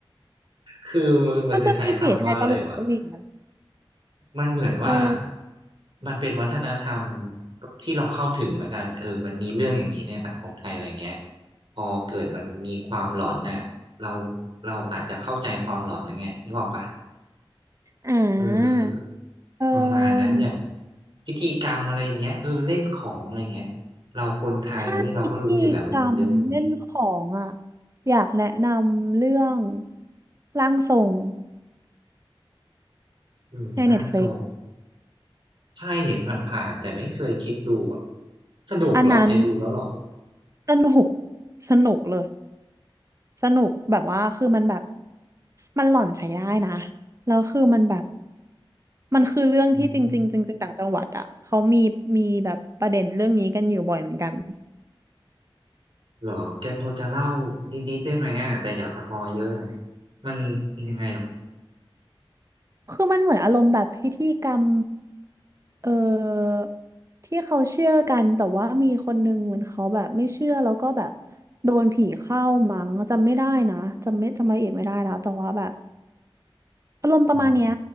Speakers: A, on the right; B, on the right.
A: คือมันจะใช้คำว่าอะไรวะ
B: มันจะมีผีไทยตลกก็มีนะ
A: มันเหมือนว่า
B: เออ
A: มันเป็นวัฒนธรรมที่เราเข้าถึงแล้วกันเออมันมีเรื่องอย่างนี้ในสังคมไทยอะไรเงี้ยพอเกิดมันมีความหลอนน่ะเราเราอาจจะเข้าใจความหลอนนะไงนึกออกปะ
B: อ่
A: เออ
B: าเอ
A: ประมาณนั้นอย่าง
B: อ
A: พิธีกรรมอะไรอย่างเงี้ยเออเล่นของอะไรเงี้ยเราคนไทยเว้ยเราก็รู้อยู่แล้วมันมีเรื่องพวกนี้
B: ถ้าพิธีกรรมเล่นของอ่ะอยากแนะนำเรื่องร่างทรง
A: อืมร่างทรง
B: ใน Netflix
A: ใช่เห็นผ่านๆแต่ไม่เคยคิดดูอะสนุกเหรอแกดูแล้วเหรอ
B: อันนั้นสนุกสนุกเลยสนุกแบบว่าคือมันแบบมันหล่อนใช้ได้นะแล้วคือมันแบบมันคือเรื่องที่จริงๆจริงๆต่างจังหวัดอ่ะเขามีมีแบบประเด็นเรื่องนี้กันอยู่บ่อยเหมือนกัน
A: อืมเหรอแกพอจะเล่านิดๆได้ไหมอ่ะแต่อย่าสปอยเยอะนะมันเป็นยังไงหรอ
B: คือมันเหมือนอารมณ์แบบพิธีกรรมเอ่อที่เขาเชื่อกันแต่ว่ามีคนนึงเหมือนเขาแบบไม่เชื่อแล้วก็แบบโดนผีเข้ามั้งจำไม่ได้นะจำไม่จำรายละเอียดไม่ได้แล้วแต่ว่าแบบอารมณ์ประมาณเนี้ย
A: อ๋อ